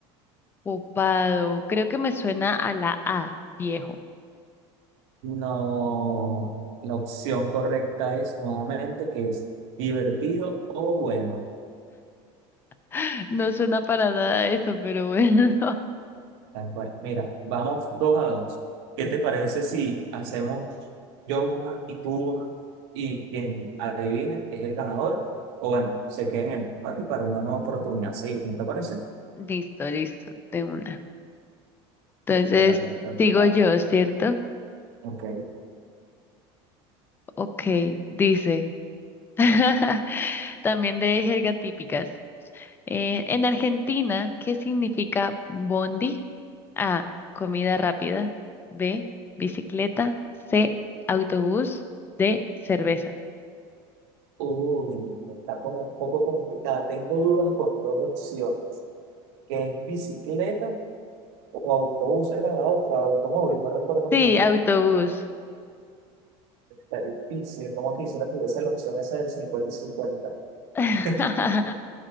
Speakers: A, on the left; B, on the right.
A: Copado. Creo que me suena a la A, viejo. <gasps>
B: No, la opción correcta es nuevamente que es divertido o bueno.
A: <laughs> No suena para nada eso, pero bueno. <laughs>
B: Tal cual. Mira, vamos dos a dos. ¿Qué te parece si hacemos yo una y tú una? Y quien adivine es el ganador. O bueno, se queda en empate y para una nueva oportunidad. Sí, ¿no te parece?
A: Listo, listo, de una. Entonces,
B: Te toca a ti preguntar.
A: sigo yo, ¿cierto?
B: Ok.
A: Ok, dice. <laughs> También de jerga típicas. Eh, en Argentina, ¿qué significa bondi? A, comida rápida. B, bicicleta. C, autobús. D, cerveza.
B: Uy, está como un poco complicada. Tengo dudas con dos opciones. ¿Qué es bicicleta o autobús? Era la otra, automóvil. No recuerdo muy
A: Sí,
B: bien.
A: autobús.
B: Está difícil. Como quisiera que hubiese la opción esa del cincuenta y cincuenta
A: <laughs>
B: <laughs>